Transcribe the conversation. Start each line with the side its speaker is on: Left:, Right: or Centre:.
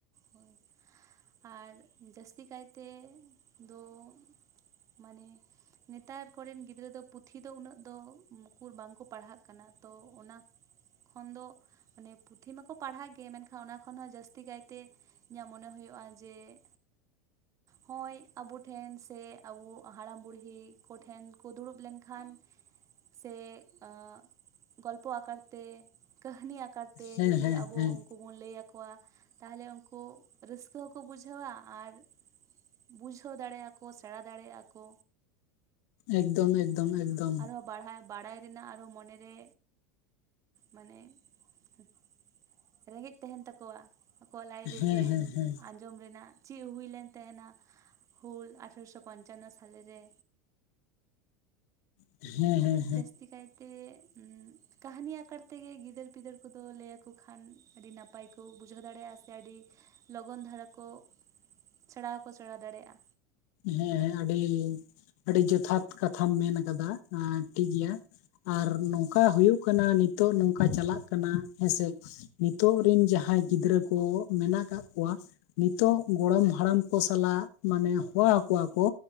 Right: ᱦᱚᱭ᱾ ᱟᱨ ᱡᱟᱹᱥᱛᱤ ᱠᱟᱭᱛᱮ ᱫᱚᱻᱢ, ᱢᱟᱱᱮ ᱱᱮᱛᱟᱨ ᱠᱚᱨᱮᱱ ᱜᱤᱫᱽᱨᱟᱹ ᱫᱚᱯᱼᱼ ᱯᱩᱛᱷᱤ ᱫᱚ ᱩᱱᱟᱹᱜ ᱫᱚ, ᱩᱝ ᱩᱠᱩᱨ ᱵᱟᱝ ᱠᱚ ᱯᱟᱲᱦᱟᱜ ᱠᱟᱱᱟ, ᱛᱚ ᱚᱱᱟ ᱠᱷᱚᱱ ᱫᱚᱼᱼ ᱢᱟᱱᱮ ᱯᱩᱛᱷᱤ ᱢᱟᱠᱚ ᱯᱟᱲᱦᱟᱜ ᱜᱮ, ᱢᱮᱱᱠᱷᱟᱱ ᱚᱱᱟ ᱠᱷᱚᱱ ᱦᱚᱸ ᱡᱟᱹᱥᱛᱤ ᱠᱟᱭᱛᱮ ᱤᱧᱟᱜ ᱢᱚᱱᱮ ᱦᱚᱭᱚᱜ-ᱟ, ᱡᱮᱜᱼᱼ ᱦᱚᱸᱭ ᱟᱵᱚ ᱴᱷᱮᱸᱱ ᱥᱮ ᱟᱵᱚ ᱦᱟᱲᱟᱢ ᱵᱩᱲᱦᱤ ᱠᱚᱴᱷᱮᱱ ᱠᱚ ᱫᱩᱲᱩᱵ ᱞᱮᱱᱠᱷᱟᱱᱼᱼ ᱥᱮ ᱟᱸᱜ ᱜᱚᱞᱯᱚ ᱟᱠᱟᱨ ᱛᱮ ᱠᱟᱹᱦᱱᱤ ᱟᱠᱼᱼ ᱠᱟᱨ ᱛᱮ
Left: ᱦᱮᱸ
Right: ᱡᱩᱫᱤ
Left: ᱦᱮᱸ
Right: ᱟᱵᱚ
Left: ᱦᱮᱸ
Right: ᱩᱸᱠᱩ ᱵᱚᱱ ᱞᱟᱹᱭ ᱟᱠᱚᱣᱟ ᱛᱟᱦᱮᱞᱮ ᱩᱱᱠᱩ ᱨᱟᱹᱥᱠᱼᱼ ᱠᱟᱹ ᱦᱚᱠᱚ ᱵᱩᱡᱷᱟᱹᱣᱟ ᱟᱨᱼᱼ ᱵᱩᱡᱷᱟᱹᱣ ᱫᱟᱲᱮᱜ ᱟᱠᱚ ᱠᱚ ᱥᱮᱬᱟ ᱫᱟᱲᱮᱭᱟᱜᱼᱟ ᱠᱚ᱾
Left: ᱮᱠᱫᱚᱢ
Right: ᱦᱩᱸ
Left: ᱮᱠᱫᱚᱢ ᱮᱠᱫᱚᱢ
Right: ᱟᱨᱦᱚᱸ ᱵᱟᱲᱦᱟᱭ ᱵᱟᱲᱟᱭ ᱨᱮᱱᱟᱜ ᱟᱨᱦᱚᱸ ᱢᱚᱱᱮ ᱨᱮᱼᱼ ᱢᱟᱱᱮ ᱩᱸᱦ ᱨᱮᱸᱜᱽᱮᱡ ᱛᱟᱦᱮᱸᱱ ᱛᱟᱠᱚᱣᱟ᱾ ᱟᱠᱚᱣᱟᱜ ᱞᱟᱡ ᱨᱮ
Left: ᱦᱮᱸ
Right: ᱡᱮᱱᱼᱼ
Left: ᱦᱮᱸ ᱦᱮᱸ
Right: ᱟᱸᱡᱽᱚᱢ ᱨᱮᱱᱟᱜ ᱪᱮᱜ ᱦᱩᱭ ᱞᱮᱱ ᱛᱟᱦᱮᱸᱱᱟ ᱦᱩᱞ ᱟᱴᱷᱨᱚᱥᱚ ᱯᱚᱧᱪᱟᱱᱱᱚ ᱥᱟᱞᱮ ᱨᱮ?
Left: ᱦᱮᱸ ᱦᱮᱸ ᱾
Right: ᱡᱟᱹᱥᱛᱤ ᱠᱟᱭᱛᱮᱜ ᱩᱸᱜᱼᱼ ᱠᱟᱹᱦᱱᱤ ᱟᱠᱟᱨ ᱛᱮᱜᱮ ᱜᱤᱫᱟᱹᱨ ᱯᱤᱫᱟᱹᱨ ᱠᱚᱫᱚ ᱞᱟᱹᱭ ᱟᱠᱚ ᱠᱷᱟᱱ, ᱟᱹᱰᱤ ᱱᱟᱯᱟᱭ ᱠᱚ ᱵᱩᱡᱷᱟᱹᱣ ᱫᱟᱲᱮᱭᱟᱜ-ᱟ ᱥᱮ ᱟᱹᱰᱤᱼᱼ ᱞᱚᱜᱚᱱ ᱫᱷᱟᱨᱟ ᱠᱚᱜ ᱥᱮᱬᱟ ᱦᱚᱸᱠᱚ ᱥᱮᱬᱟ ᱫᱟᱲᱮᱭᱟᱜ-ᱟ᱾
Left: ᱦᱮᱸ ᱦᱮᱸ ᱟᱹᱰᱤᱻ ᱟᱹᱰᱤ ᱡᱚᱛᱷᱟᱛ ᱠᱟᱛᱷᱟᱢ ᱢᱮᱱ ᱟᱠᱟᱫᱟ ᱟᱸ ᱴᱷᱤᱠ ᱜᱮᱭᱟ ᱟᱨ ᱱᱚᱝᱼᱼ ᱠᱟ ᱦᱩᱭᱩᱜ ᱠᱟᱱᱟ ᱱᱤᱛᱚᱜ ᱱᱚᱝᱠᱟ ᱪᱟᱞᱟᱜ ᱠᱟᱱᱟ ᱦᱮᱸ ᱥᱮ, ᱱᱤᱛᱚᱜ
Right: ᱦᱮᱸ
Left: ᱨᱤᱱ ᱡᱟᱦᱟᱸᱭ ᱜᱤᱫᱽᱨᱟᱹ ᱠᱚᱜᱼᱼ ᱢᱮᱱᱟ ᱠᱟᱜ ᱠᱚᱣᱟ ᱱᱤᱛᱳᱜ ᱜᱚᱲᱚᱢ ᱦᱟᱲᱟᱢ ᱠᱚ ᱥᱟᱞᱟᱜ ᱢᱟᱱᱮᱼᱼ ᱦᱚᱣᱟ ᱠᱚᱣᱟ ᱠᱚ